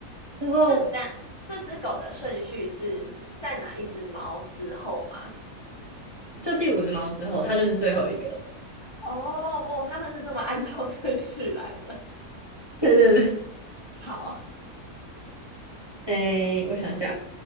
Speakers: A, on the right; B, on the left.
A: 之后
B: 这但这只狗的顺序是在哪一只猫之后吗？
A: 就第五只猫之后，它就是最后一个。
B: 哦，哦，他们是这么按照顺序来的。
A: <laughs> 对对对，
B: 好，
A: 诶，我想一下，